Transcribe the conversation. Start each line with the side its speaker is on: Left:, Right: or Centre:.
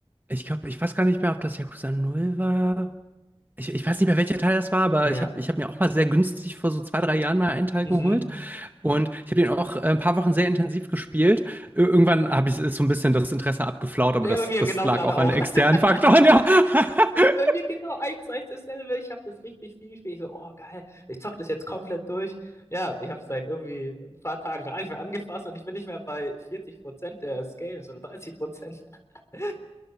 Right: ich glaube, ich weiß gar nicht mehr, ob das Yakuza Null war. Ich, ich weiß nicht mehr, welcher Teil das war, aber
Left: Ja.
Right: ich habe ich hab mir auch mal sehr günstig vor so zwei, drei Jahren mal einen Teil
Left: Mhm.
Right: geholt. Und ich habe den auch äh, ein paar Wochen sehr intensiv gespielt. Ir- Irgendwann habe ich so ein bisschen das Interesse abgeflaut, aber
Left: Ja,
Right: das,
Left: bei mir
Right: das
Left: genau
Right: lag
Left: gerade
Right: auch
Left: auch.
Right: an externen
Left: <laughs>
Right: Faktoren, ja. <laughs>
Left: Bei mir genau eins zu eins dasselbe. Ich habe das richtig viel gespielt. Ich so, oh geil, ich zock das jetzt komplett durch. Ja, ich habe es seit irgendwie ein paar Tagen gar nicht mehr angefasst und ich bin nicht mehr bei 40% des Games oder 30%. <laughs>